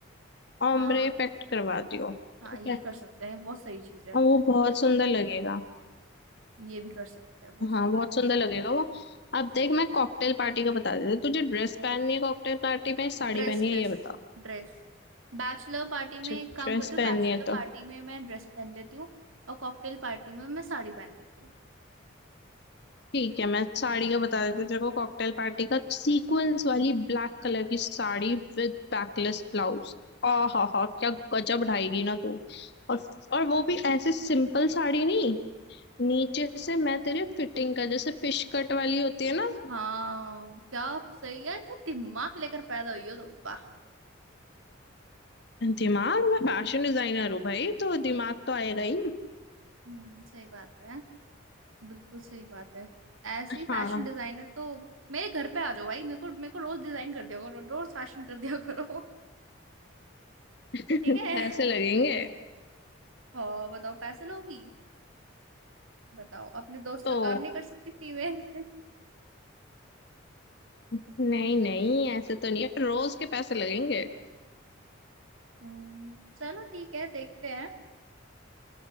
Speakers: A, on the left; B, on the right.
A: ओम्ब्रे
B: हाँ
A: इफेक्ट करवा दियो
B: हाँ
A: ठीक
B: ये
A: है
B: कर सकते हैं बहुत सही चीज है
A: और वो बहुत सुंदर लगेगा
B: ये भी कर सकते हैं बहुत
A: हाँ
B: सही
A: बहुत
B: है
A: सुंदर लगेगा वो अब देख मैं कॉकटेल पार्टी का बता देती हूँ तुझे ड्रेस पहननी है कॉकटेल पार्टी में साड़ी
B: Dress
A: पहननी
B: dress
A: है ये बता
B: dress Bachelor party
A: अच्छा
B: में एक काम
A: ड्रेस
B: करती हूँ
A: पहननी
B: बैचलर
A: है तो
B: पार्टी में मैं ड्रेस पहन लेती हूँ और कॉकटेल पार्टी में मैं साड़ी पहन लेती हूँ
A: ठीक है मैं साड़ी का बता देती हूँ तेरे को कॉकटेल पार्टी का सीक्वेंस वाली ब्लैक कलर की साड़ी विद बैकलेस ब्लाउज आ हा हा क्या गजब ढाएगी ना तू और और वो भी ऐसे सिंपल साड़ी नहीं नीचे से मैं तेरे फिटिंग का जैसे फिश कट वाली होती है ना
B: हाँ क्या सही है क्या दिमाग लेकर पैदा हुई हो तुम वाह
A: दिमाग मैं फैशन डिजाइनर हूँ भाई तो दिमाग तो आएगा ही
B: हम्म सही बात है बिल्कुल सही बात है ऐसी फैशन
A: हाँ
B: डिजाइनर
A: <laughs>
B: तो मेरे घर पे आ जाओ भाई मेरे को मेरे को रोज डिजाइन कर दिया करो रोज फैशन कर दिया <laughs> करो
A: पैसे
B: ठीक है
A: लगेंगे
B: और बताओ पैसे लोगी बताओ अपने दोस्त
A: तो
B: का काम नहीं कर सकती फ्री में
A: नहीं नहीं ऐसे तो नहीं है रोज के पैसे लगेंगे
B: हम्म, चलो ठीक है देखते हैं